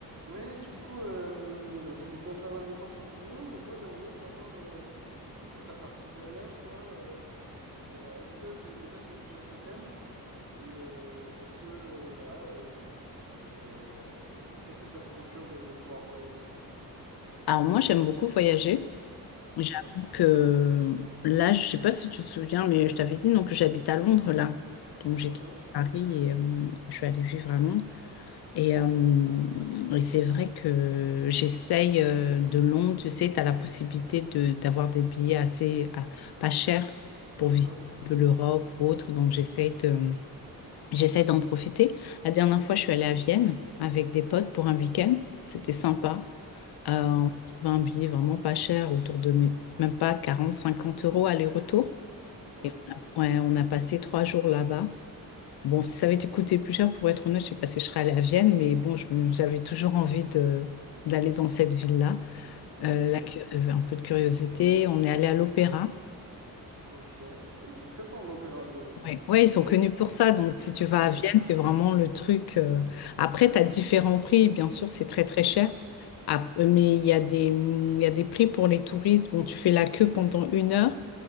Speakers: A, on the right; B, on the left.
A: Ouais, du coup, euh, bah, ça fait quand même pas mal de temps qu'on se connaît, mais moi j'aimerais bien savoir, euh, du coup, sur ta partie voyage, toi, euh, est-ce que c'est déjà c'est quelque chose que t'aimes? Et euh, est-ce que, euh, voilà, euh, euh, qu'est-ce que ça te procure de, de pouvoir voyager?
B: Alors moi, j'aime beaucoup voyager.
A: D'accord.
B: J'avoue que là, je sais pas si tu te souviens, mais je t'avais dit donc que j'habite à Londres là. Donc j'ai
A: Mhm,
B: quitté Paris et euh, je suis allée vivre à Londres. Et, euh, et c'est vrai que j'essaye euh, de Londres, tu sais, tu as la possibilité de d'avoir des billets assez à- pas chers pour
A: mhm,
B: visiter un peu l'Europe ou autre. Donc j'essaye de j'essaye d'en profiter. La dernière fois, je suis allée à Vienne avec des potes pour un week-end. C'était sympa. Euh, on
A: mhm.
B: a trouvé un billet vraiment pas cher, autour de mes- même pas 40-50 euros aller-retour.
A: Ah
B: Et
A: oui.
B: on a, ouais, on a passé trois jours là-bas. Bon, si ça avait été coûté plus cher, pour être honnête, je sais pas si je serais allée à Vienne, mais bon, je- j'avais toujours envie de, d'aller dans cette ville-là. Euh,
A: Ok.
B: la cu- euh, un peu de curiosité, on est allé à l'opéra.
A: Ok. Et Ils sont très forts en opéra à Vienne, non?
B: Oui, Ouais, ils sont connus pour ça. Donc, si tu vas
A: Mhm,
B: à Vienne, c'est vraiment le truc. euh, Après, tu as différents prix. Bien sûr, c'est très, très cher. Ah, mais il y a des, il y a des prix pour les touristes. Bon, tu fais la queue pendant une heure.